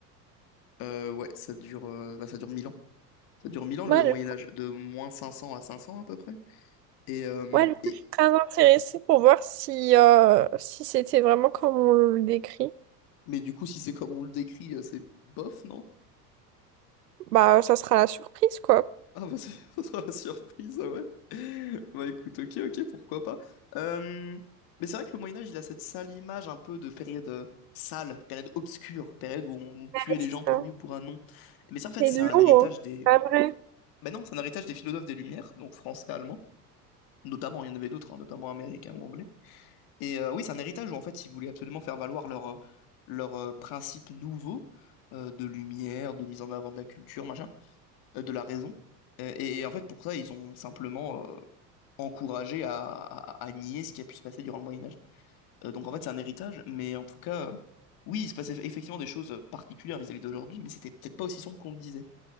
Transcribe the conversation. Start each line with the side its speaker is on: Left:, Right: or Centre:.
Left: Euh, ouais, ça dure, euh, bah, ça dure 1000 ans. Ça dure 1000 ans
Right: Moi,
Left: le
Right: du
Left: Moyen Âge, de moins 500 à 500 à peu près. Et, euh,
Right: ouais, du coup,
Left: et...
Right: je suis très intéressée pour voir si, euh, si c'était vraiment comme on le décrit.
Left: Mais du coup, si c'est comme on le décrit, euh, c'est bof, non?
Right: Bah, ça sera la surprise, quoi.
Left: Ah bah, c'est- <laughs> ça sera la surprise, ah ouais. Bah écoute, ok, ok, pourquoi pas. Euh, Mais c'est vrai que le Moyen Âge, il a cette sale image un peu de période euh, sale, période obscure, période où on tuait
Right: Ouais,
Left: les
Right: c'est
Left: gens pour
Right: ça.
Left: un oui ou pour un non. Mais ça, en fait,
Right: C'est
Left: c'est
Right: long,
Left: un héritage
Right: hein.
Left: des
Right: Pas vrai.
Left: Ben non, c'est un héritage des philosophes des Lumières, donc français, allemand, notamment, il y en avait d'autres, hein, notamment américains ou anglais. Et euh, oui, c'est un héritage où en fait ils voulaient absolument faire valoir leurs euh, leurs, euh, principes nouveaux euh, de lumière, de mise en avant de la culture, machin, euh, de la raison. Euh, Et, et en fait pour ça, ils ont simplement euh, encouragé à, à- à nier ce qui a pu se passer durant le Moyen Âge. Euh, donc en fait c'est un héritage, mais en tout cas, euh, oui, il se passait effectivement des choses particulières vis-à-vis d'aujourd'hui, mais c'était peut-être pas aussi sombre qu'on le disait.